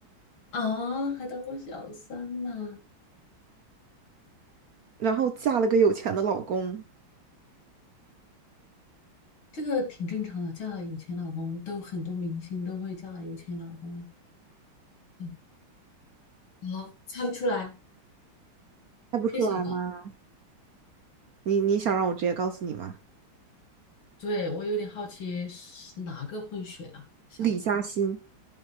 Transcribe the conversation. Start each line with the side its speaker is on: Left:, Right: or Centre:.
Left: 啊，还当过小三呢。
Right: 然后嫁了个有钱的老公。
Left: 这个挺正常的，嫁了有钱老公都很多明星都会嫁有钱老公哎。嗯，啊，猜不出来，
Right: 猜不出来吗？
Left: 不晓得。
Right: 你你想让我直接告诉你吗？
Left: 对，我有点好奇是哪个混血啊？小姐，
Right: 李嘉欣，